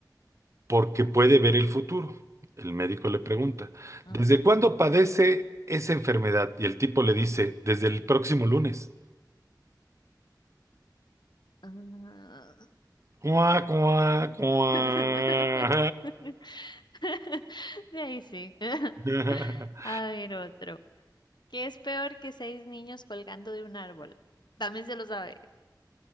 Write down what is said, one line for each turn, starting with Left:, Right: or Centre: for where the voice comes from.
Right: porque puede ver el futuro. El médico le pregunta,
Left: Ujú.
Right: ¿desde cuándo padece esa enfermedad? Y el tipo le dice, desde el próximo lunes.
Left: Ah.
Right: Cuá, cuá, cuá.
Left: <laughs> <laughs> De ahí sí. <laughs>
Right: <laughs>
Left: A ver otro. ¿Qué es peor que seis niños colgando de un árbol? También se lo sabe.